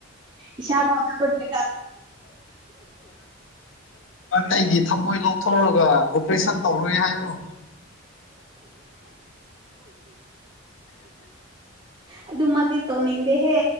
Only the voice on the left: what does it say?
<inaudible> ꯊꯝꯃꯣꯏ ꯂꯧꯊꯣꯛꯔꯒ ꯑꯣꯄꯔꯦꯁꯟ ꯇꯧꯔꯣꯏ ꯍꯥꯏꯔꯣ <inaudible>